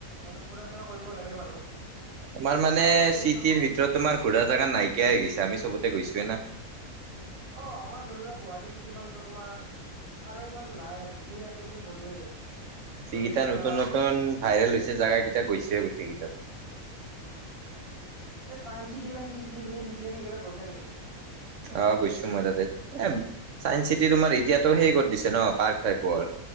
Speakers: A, on the right; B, on the right.
A: অলপ ফুৰা চুৰা কৰিব লাগে বাৰু
B: তোমাৰ মানে
A: চাওঁ ৰবা প্লেন
B: চিটিৰ
A: এটা কৰো
B: ভিতৰত তোমাৰ ঘূৰাৰ জাগা নাইকিয়াই হৈ গৈছে আমি চবত তাতে গৈছেনে নে
A: অ' আমাৰ ধৰি লোৱাক গুৱাহাটী চিটিখনো তোমাৰ আৰু ইমান নাই যিখিনি আছে। সেইখিনি গ'লোৱেই ধৰি
B: যিকেইটা
A: লোৱা
B: নতুন নতুন ভাইৰেল হৈছে জোগা কেইটা গৈছে। গোটেইকেইটাত
A: উম উম এই চাইস চিটিৰ নে কি চিটি প সি সেইকেইটা কৈছা নেকি তুমি?
B: অ' গৈছো মই তাতে এ চাইন্স চিটি তোমাৰ এতিয়াতো সেই কৰিত দিছে ন পাৰ্ক টাইপৰ।